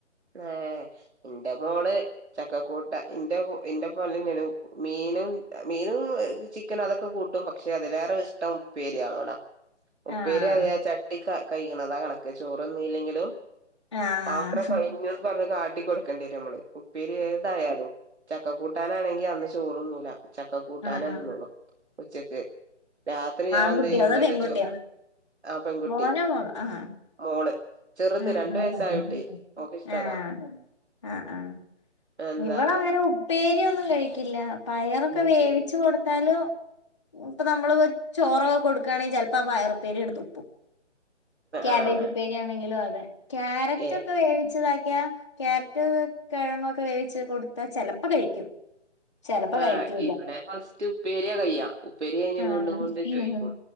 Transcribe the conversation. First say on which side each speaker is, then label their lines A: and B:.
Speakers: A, on the right; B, on the left.
A: ഏഹ് ഇന്റെ മോള് ചക്കക്കൂട്ടാ ഇന്റെ ഇന്റെ പോലെന്നെണ് മീനും മീനും ചിക്കനും അതൊക്കെ കൂട്ടും കൂട്ടും പക്ഷെ അതിലേറെ ഇഷ്ടം ഉപ്പേരിയാള്ളോടാ ഉപ്പേരി
B: ആഹ്
A: ആയാ ചട്ടി ചട്ടി കയ്യ്ണതാ കണക്ക് ചോറ്ന്നീല്ലെങ്കിലും
B: ആഹ്
A: പാത്രം കയ് കയ്ഞ്ഞുന്ന് പറ്ഞ് കാട്ടി കൊടുക്കേണ്ടി വരു മ്മള് ഉപ്പേരി ഏതായാലും ചക്ക കൂട്ടാനാണെങ്കി അന്ന് ചോറൊന്നുംല്ല ചക്ക കൂട്ടാന
B: ആഹ് ആഹ്
A: തിന്നൊള്ളു ഉച്ചക്ക് രാത്രി ഞാൻ
B: ആൺകുട്ടിയോ
A: എന്ത് ചെയ്യും
B: അതോ
A: ന്നട്ട്
B: പെൺകുട്ടിയോ
A: ചോറ് ആഹ് പെൺകുട്ടി
B: മോനോ മോളോ ആഹ്
A: മോള് ചെറുത്
B: ഉം
A: രണ്ട് വയസ്സായ
B: ഉം
A: കുട്ടി ഓക്ക് ഇഷ്ടതാ
B: ഏഹ് ആഹ് ആഹ്
A: എന്താ
B: ഇവള അങ്ങനെ ഒന്നും ഉപ്പേരി ഒന്നും കഴിക്കില്ല പയറൊക്കെ
A: ഉം
B: വേവിച്ച് കൊടുത്താലും ഇപ്പൊ നമ്മള് ചോറൊക്കെ കൊടുക്കുകയാണെങ്കിൽ ചിലപ്പോ ആഹ് പയറു പേരിങ്ങട്ട്ത്തുപ്പും കെബേജ്
A: ആഹ്
B: ഉപ്പേരി ആണെങ്കിലും അതെ ക്യാരറ്റ്
A: ഏ
B: ഒക്കെ വേവിച്ചതാക്കിയ ക്യാരറ്റ് കിഴങ്ങൊക്കെ വേവിച്ച് കൊടുത്താ ചെലപ്പോ കഴിക്കും ചെലപ്പോ
A: ആഹ്
B: കഴിക്കൂല
A: ഇവിടെ ഫസ്റ്റ് ഉപ്പേരിയ കയ്യാ ഉപ്പേരി കഴിഞ്ഞ
B: ആഹ്
A: വീണ്ടും വീണ്ടും ചോയ്ക്കും